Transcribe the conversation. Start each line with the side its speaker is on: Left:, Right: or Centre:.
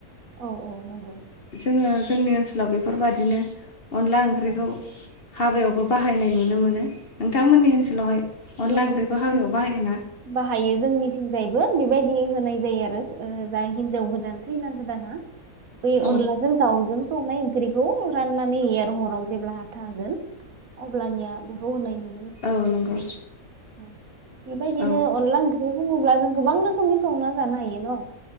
Right: औ औ नंगौ
Left: जोङो जोंनि ओनसोलाव बेफोरबायदिनो अनला ओंख्रिखौ
Right: औ
Left: हाबायावबो बाहायनाय नुनो मोनो नोंथांमोननि ओनसोलावहाय अनला
Right: नंगौ
Left: ओंख्रिखौ
Right: नंगौ
Left: हाबायाव बाहायोना
Right: बाहायो जोंनिथिंजायबो बेबायदि होनाय जायो आरो ओ जा हिनजाव गोदान खैना गोदाना बे
Left: औ
Right: अनलाजों दाउजों संनाय ओंख्रिखौ राननानै होयो आरो हराव जेब्ला हाथा होगोन अब्लानिया बेखौ होनाय नु
Left: औ नंगौ
Right: औ बेबायदिनो
Left: औ
Right: अनला ओंख्रि बुङोब्ला जों गोबां रोखोमनि संना जानो हायो न